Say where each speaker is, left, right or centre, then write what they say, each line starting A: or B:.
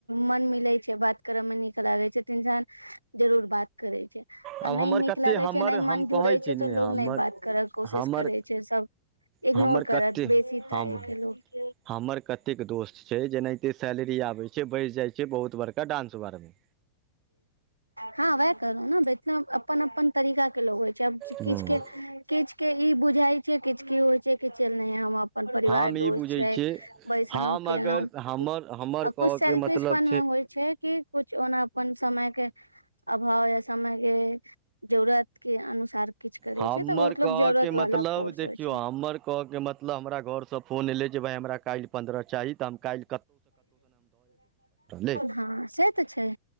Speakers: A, on the right; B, on the right.
A: मन मिलै छै बात करै त नीक लागै छै तऽ इन्सान जरूर बात करे छै आ
B: आब
A: नै
B: हमर
A: नीक
B: कते
A: लागे
B: हमर
A: छै, नै मन
B: हम
A: जुड़े
B: कहै छी
A: छै
B: ने
A: तऽ
B: हमर
A: लोग नै बात करा के कोशिश
B: हमर
A: करै छै, सब इग्नोर
B: हमर कते
A: करत बेसी
B: हम
A: टाए के लोग
B: हमर कतेक दोस्त छै, जेना कि सैलरी आबै छै बैस जाय छै बहुत बड़का डांस बार मे।
A: हां वाएह कहलौ नै बे <unintelligible> अपन-अपन तरीका के लोग होय छै, आब
B: हूँ
A: किछ के किछ के ई बुझाय छै, किछ की होय छै कि चल नै हम अ पन परिवार
B: हम ई
A: दोस्त
B: बुझै
A: छै,
B: छियै
A: बैसलौ
B: हम
A: केलौ
B: अगर हमर हमर
A: आ
B: कहऽके
A: कुछ सेल्फिसपन
B: मतलब
A: मे होय छै। की कुछ ओना अपन समय के अभाव या, समय के जरूरत के अनुसार किछ करे
B: हमर
A: छै तऽ बहुत लोग
B: कहऽ
A: जरूरत
B: के
A: वाला
B: मतलब
A: फोर्स
B: देखियौ
A: होइ छै
B: हमर कहऽ के मतलब हमरा घर से फोन अयलै जे भाय हमरा काएल पंद्रअ चाही तऽ हम काएल ले
A: हां से तऽ छै।